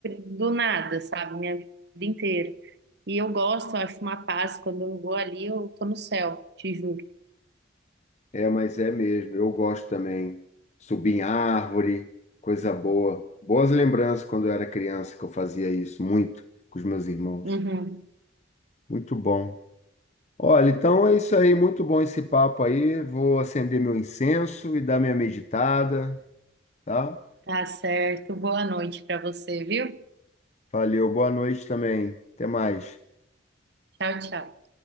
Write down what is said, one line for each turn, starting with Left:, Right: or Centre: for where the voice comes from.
Right: do nada, sabe? Minha vida inteira. E eu gosto, eu acho uma paz. Quando eu vou ali, eu tô no céu, te juro.
Left: É, mas é mesmo. Eu gosto também. Subir em árvore, coisa boa. Boas lembranças quando eu era criança que eu fazia isso muito com os meus irmãos.
Right: Uhum.
Left: Muito bom. Olha, então é isso aí. Muito bom esse papo aí. Vou acender meu incenso e dar minha meditada, tá?
Right: Tá certo. Boa noite pra você, viu?
Left: Valeu. Boa noite também. Até mais.
Right: Tchau, tchau.